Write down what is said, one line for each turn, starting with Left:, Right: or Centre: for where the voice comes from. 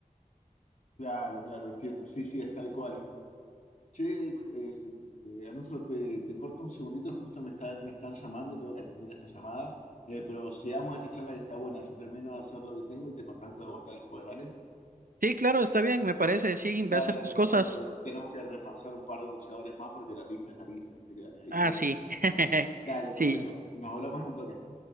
Left: Claro, claro, entiendo. Sí, sí, es tal cual, es Che, eh, eh, Alonso, te, te corto un segundito, justo me están, me están llamando, tengo que atender esta llamada, eh, pero sigamos esta charla que está buena, yo termino de hacer lo que tengo y te contacto de vuelta después, ¿dale?
Right: Sí, claro, está bien, me parece, sí,
Left: Dale,
Right: ve a hacer
Left: dale,
Right: tus
Left: perfecto.
Right: cosas.
Left: Tenemos que repasar un par de boxeadores más porque la lista es larguísima, así que dale, ahí
Right: Ah,
Left: seguimos.
Right: sí, <laughs>
Left: Dale,
Right: sí,
Left: perfecto. Nos hablamos en un toque.